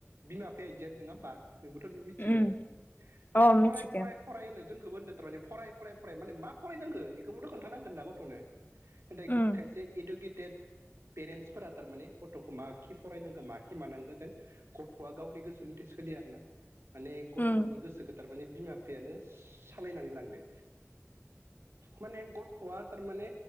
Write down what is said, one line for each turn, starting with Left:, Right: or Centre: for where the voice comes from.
Right: बिमा बिफाया बिदियानो नङा होमबा? नोंबोथ' मिथिगौ
Left: उम
Right: माने
Left: अ
Right: फराय
Left: मिथिगौ
Right: फराय फराय होनो जों खोबो होनदों थारमाने फराय फराय फराय माने मा फरायनांगौ बेखौबोथ' खोन्थानांगोन ना गथ'नो नाथाय
Left: उम
Right: खायसे इडुकेटेड पेरेन्टसफोरा थारमाने गथ'खौ माखि फरायनांगौ, माखि मानांगौ जेन गथ'आ गावनि गोसो मथे सो लिया आरो ना माने गथ'नि
Left: उम
Right: गोसोखौ थारमाने बिमा बिफायानो सालायनानै लांदो माने गथ'आ थारमाने